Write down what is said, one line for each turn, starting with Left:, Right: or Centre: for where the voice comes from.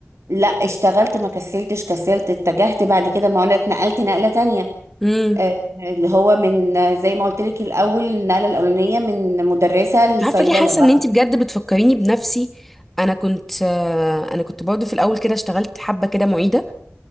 Right: لا اشتغلت ما كسلتش كسلت اتجهت بعد كده ما انا اتنقلت نقلة تانية
Centre: امم
Right: آه، اللي هو من آه، زي ما قلت لك الاول النقلة الاولانية من مدرسة لصيدلة
Centre: عارفه ليه حاسه
Right: بعد
Centre: ان انت بجد
Right: كده
Centre: بتفكريني بنفسي انا كنت آه، انا كنت برضو في الاول كده اشتغلت حبه كده معيده